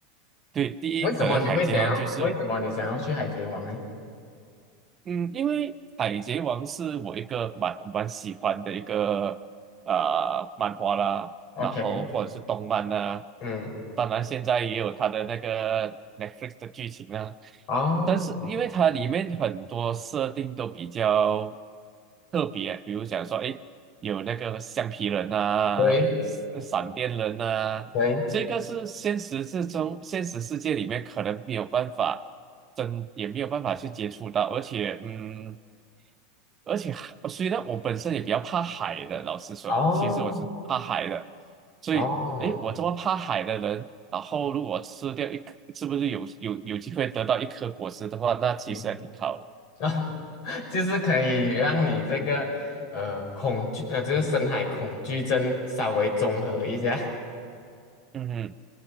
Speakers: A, on the right; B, on the left.
A: 对，第一可能海贼王就是。
B: 为什么你会想要？为什么你想要去海贼王呢
A: 嗯，因为《海贼王》是我一个蛮蛮喜欢的一个啊、呃漫画啦，
B: ？OK，
A: 然后或者是动漫啦，
B: 嗯，
A: 当然现在也有它的那个 Netflix 的剧情啦。
B: 哦，
A: 但是因为它里面很多设定都比较
B: 哦，
A: 特别，比如讲说，哎，有那个橡皮人啊、
B: 对
A: 闪闪电人啊，
B: 对。
A: 这个是现实之中，现实世界里面可能没有办法真，也没有办法去接触到，而且，嗯，而且海以呢，我本身也比较怕海的，老实说，
B: 哦
A: 其实我是怕海的，所以，
B: 哦，
A: 诶，我这么怕海的人，然后如果吃掉一颗，是不是有有有机会得到一颗果实的话，那其实还挺好的。
B: 嗯啊，<laughs> 就是可以让你这个呃恐惧呃，就是深海恐惧症稍微综合一下。
A: 嗯
B: <laughs>
A: 嗯，